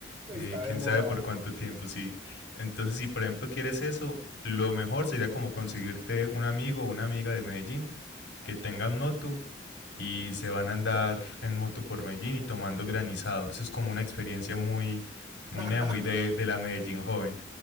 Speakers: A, on the right; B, on the left.
A: Está
B: Eh, quién
A: de moda.
B: sabe por cuánto tiempo, sí. Entonces, si por ejemplo quieres eso, lo mejor sería como conseguirte un amigo o una amiga de Medellín que tengan moto y se van a andar en moto por Medellín y tomando granizado. Eso es como una experiencia muy, muy
A: <laughs>
B: nea, muy de, de la Medellín joven.